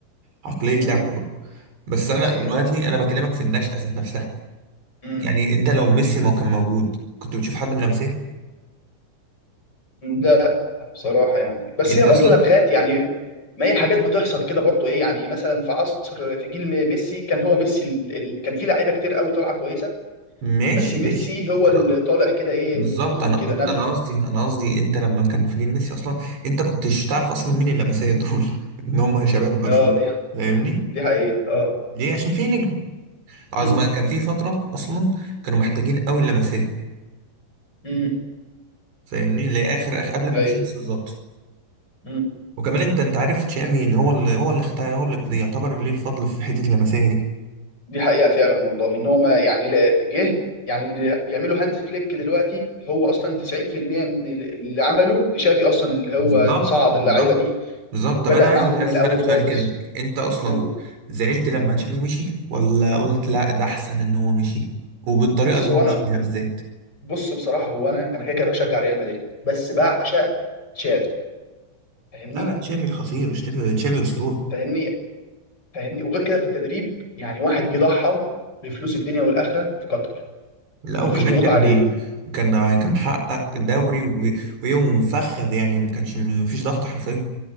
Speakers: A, on the right; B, on the left.
A: عقليه
B: امم
A: لاعب كوره بس
B: دي
A: انا
B: حقيقة
A: دلوقتي انا بكلمك في النشأة ذات نفسها
B: امم
A: يعني انت لو ميسي ما كان موجود كنت بتشوف حد من لمسيه
B: لا بصراحة يعني بس
A: انت
B: هي برضه
A: اصلا
B: نبغات يعني ما هي حاجات بتحصل كده برضه ايه يعني مثلا في عصر في جيل م- ميسي كان هو ميسي ال... ال... كان في لعيبة كتير قوي طالعة كويسة
A: ماشي
B: بس ميسي
A: ماشي
B: هو
A: انا
B: اللي طالع كده ايه
A: بالظبط
B: من وسطهم
A: انا
B: كده نبغة
A: انا قصدي انا قصدي انت لما كان في جيل ميسي اصلا انت كنتش تعرف اصلا مين اللمسيه دول <laughs> ان هم شباب برشلونه
B: اه دي
A: فاهمني
B: دي حقيقة اه
A: ليه عشان في نجم عظمة
B: امم
A: كان في فتره اصلا كانوا محتاجين قوي اللمسيه
B: امم
A: فاهمني لاخر اخر اخر قبل ما
B: ايوه
A: مشي بالظبط
B: امم
A: وكمان انت انت عارف تشافي ان هو اللي هو اللي اختار هو اللي يعتبر ليه الفضل في حته اللمسيه دي
B: دي حقيقة فعلا والله ان هو ما يعني لا- جه يعني اللي بيعمله هانز فليك دلوقتي هو اصلا 90% من اللي عمله تشافي اصلا اللي هو
A: بالظبط
B: صعد اللعيبة
A: بالظبط
B: دي
A: بالظبط
B: وبدأ
A: طب انا عايز
B: معاهم
A: عايز
B: من الأول
A: اسالك سؤال
B: خالص
A: كده انت اصلا
B: مظبوط
A: زعلت لما تشافي مشي ولا قلت لا ده احسن ان هو مشي وبالطريقه
B: بص
A: اللي
B: هو
A: هو مشي
B: انا
A: بيها بالذات
B: بص بصراحه هو انا انا كده كده بشجع ريال مدريد بس بعشق تشافي فاهمني
A: لا لا تشافي خطير تشافي تشافي اسطوره
B: فاهمني فاهمني وغير كده في التدريب يعني واحد جه ضحى بفلوس الدنيا والاخره في قطر
A: لا
B: ومفيش
A: وكمان
B: ضغوط
A: كان
B: عليه
A: كان كان محقق دوري و- ويوم مفخد يعني ما كانش ما فيش ضغط حرفيا